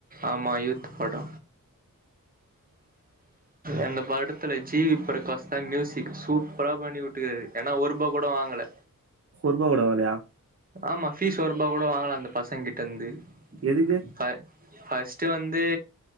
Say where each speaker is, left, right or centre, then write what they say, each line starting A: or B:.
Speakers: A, on the right; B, on the right.
A: ஆமா யூத் படோ அந்த படத்துல ஜீவி பிரகாஷ் தா மியூசிக் சூப்பரா பண்ணி விட்டுக்காரு ஏனா ஒரு ரூபா கூட வாங்கல
B: சொர்பா கூட‌ வால்லையா
A: ஆமா ஃபீஸ் ஒருரூபா கூட வாங்கல அந்த பசங்க கிட்ட இருந்து
B: எதுக்கு
A: ஃப ஃபஸ்ட்டு வந்து